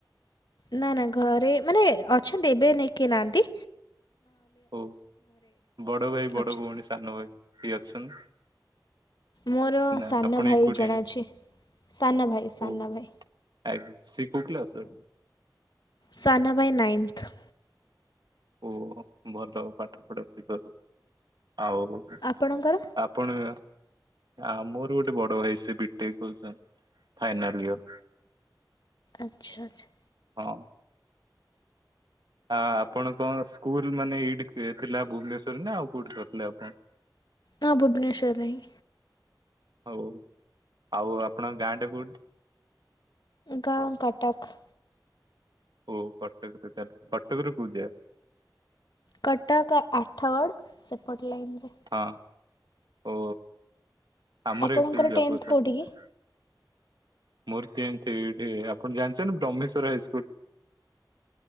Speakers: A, on the left; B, on the right.
A: ନା ନା, ଘରେ ମାନେ ଅଛନ୍ତି ଏବେ ନାହି କେହିନାହାନ୍ତି
B: ହଉ, ବଡଭାଇ, ବଡଭଉଣୀ,
A: ଅଛ
B: ସାନଭାଇ କେହି ଅଛନ୍ତି
A: ମୋର
B: ନା
A: ସାନ
B: ଆପଣ
A: ଭାଇ
B: ଏକୁଟିଆ
A: ଜଣେ
B: ହିଁ
A: ଅଛି ସାନ ଭାଇ ସାନ
B: ଓ,
A: ଭାଇ
B: ଆ ସେ କୋଉ କ୍ଲାସ ର।
A: ସାନଭାଇ ନାଇନ୍ଥ
B: ଓ, ଭଲ ପାଠ ପଢା <unintelligible> ଆଉ
A: ଆପଣଙ୍କର
B: ଆପଣ ଆ, ମୋର ଗୋଟେ ବଡ ଭାଇ ସେ ବିଟେକ କରୁଛନ୍ତି। ଫାଇନଲ ୟର
A: ଆଚ୍ଛାଆଛା
B: ହଁ ଆ ଆପଣଙ୍କଣ ସ୍କୁଲ ମାନେ ଏଇଠି ଥିଲା ଭୁବନେଶ୍ୱର ରେ ନା ଆଉ କୋଉଠି କରିଥିଲେ ଆପଣ।
A: ହଁ, ଭୁବନେଶ୍ୱର ରେ ହିଁ
B: ହଉ, ଆଉ ଆପଣଙ୍କ ଗାଁ ଟା କୋଉଠି
A: ଗାଁ କଟକ।
B: ଓ କଟକରେ ତାଏଲେ କଟକରୁ ଯା
A: କଟକ ଆଠାଗଡ୍ ସେପଟ ଲାଇନରେ।
B: ହଁ ଓ ଆମର
A: ଆପଣଙ୍କର
B: <unintelligible>
A: ଟେନ୍ଥ କେଉଁଠି କି
B: ମୂର୍ତି ଏମତି ବି ଆପଣ ଜାଣିଛନ୍ତି ବ୍ରହ୍ମେଶ୍ଵର ହାଇସ୍କୁଲ୍।